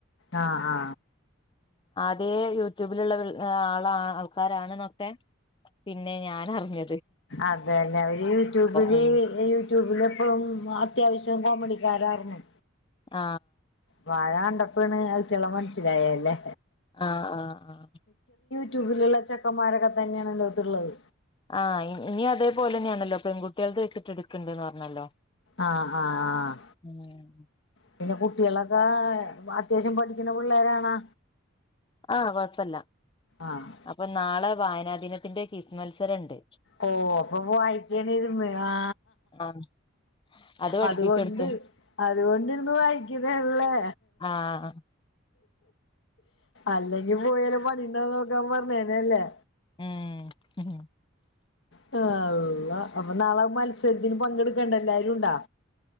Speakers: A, on the left; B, on the left.
A: ആ ആ
B: അതേ യൂട്യൂബിലുള്ള ആ ആൾക്കാരാണെന്നൊക്കെ പിന്നെ ഞാൻ അറിഞ്ഞ
A: അതല്ലേ ഒരു യൂട്യൂബില്
B: ഉം
A: യൂട്യൂബില എപ്പോഴും അത്യാവശ്യം കോമഡിക്കാരരുന്നു
B: ആ
A: വാഴ കണ്ടപ്പണ് അയ്റ്റെളെ മനസ്സിലായല്ലേ
B: ആഹ് ആഹ് ആഹ്
A: ട്യൂബിലുള്ള ചെക്കന്മാരൊക്കെ തന്നെയാണ് ഈൻ്റോത്ത് ഇള്ളത്
B: ആഹ് ഇനി അതേപോലെന്നെയാണല്ലോ പെൺകുട്ടികൾത് വെച്ചിട്ട് എടുക്ക്ണ്ട്ന്ന് പറഞ്ഞല്ലോ
A: ആഹ് ആഹ് ആഹ്
B: ഉം
A: പിന്നെ കുട്ടികളൊക്കെ അത്യാവശ്യം പഠിക്കുന്ന പിള്ളേരാണാ
B: ആഹ് കൊഴപ്പല്ല
A: ആഹ്
B: അപ്പൊ നാളെ വായന വായനാദിനത്തിന്റെ ക്വിസ്സ് മത്സരം ഇണ്ട്.
A: ഓ അപ്പൊ വായിക്കണേയിര്ന്ന് ആ
B: ആഹ് അത് പഠിപ്പിച്ചൊടുക്കും
A: അതുകൊണ്ട് അതുകൊണ്ടിര്ന്ന് വായിക്കണയാണ്ല്ലേ
B: ആഹ്
A: അല്ലെങ്കി പോയാല് പണിയിണ്ടോന്ന് നോക്കാൻ പറഞ്ഞേനെല്ലേ
B: ഉം
A: കൊള്ളാ അപ്പോ നാളെ മത്സരത്തിന് പങ്കെടുക്കേണ്ട എല്ലാരുണ്ടാ